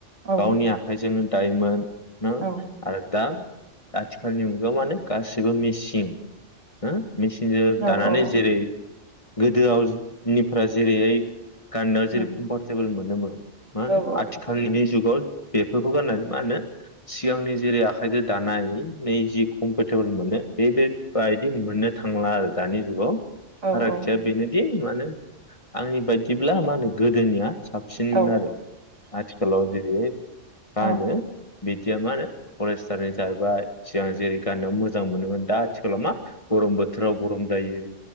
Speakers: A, on the right; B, on the left.
A: औ
B: गावनि आखाइजोंनो डायोमोन न
A: औ
B: आरो दा आथिखालनि मुगायाव माने गासैबो मिसिं हो मेसिनजों दानानै
A: औ औ
B: जेरै गोदोआव शिप्रा जेरैयै गननायाव जेरै
A: औ
B: कमफरटेबोलमोन नोंगौ मा
A: औ
B: नो
A: ओ
B: आथिखालिनि बे जुगाव बेफोरखौ गाननानै मा होनो सिगांनि जेरै आखाइजों दा नाय नै जि कमफर्टेबोल मोनो बेबायदि मोननो थांला आरो दानि जुगाव
A: ओ
B: फारागथिया बेनोदि मानो आंनि बायदिब्ला मा होनो गोदोनिया साबसिनमोन
A: ओ औ
B: आरो आथिखालाव जेरै गानो
A: औ
B: बिदिया मा होनो पलेस्टारनि जाहैबाय सिगां जेरै गाननो मोजां मोनोमोन दा आथिखालाव मा गरम बोथोराव गरम दायो